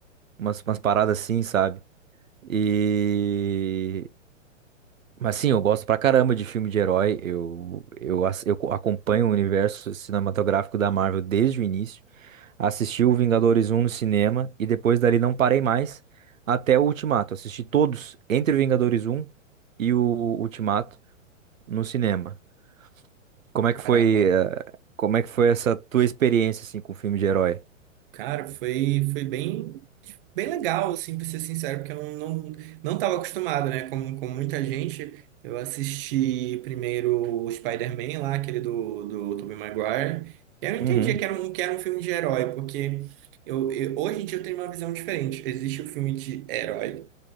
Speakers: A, on the right; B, on the right.
A: Umas, umas paradas assim, sabe? E. Mas sim, eu gosto pra caramba de filme de herói. Eu, eu, ass- eu co- acompanho o universo cinematográfico da Marvel desde o início. Assisti o Vingadores um no cinema e depois dali não parei mais até o Ultimato. Assisti todos entre o Vingadores um e o Ultimato no cinema. Como é que
B: Caramba.
A: foi, eh, como é que foi essa tua experiência assim com filme de herói?
B: Cara, foi, foi bem. bem legal, assim, pra ser sincero, porque eu não, não estava acostumado, né? Como, como muita gente, eu assisti primeiro o Spider-Man lá, aquele do, do Tobey Maguire, e eu entendia
A: Uhum.
B: que era um, que era um filme de herói, porque eu, eu- hoje em dia eu tenho uma visão diferente. Existe o filme de herói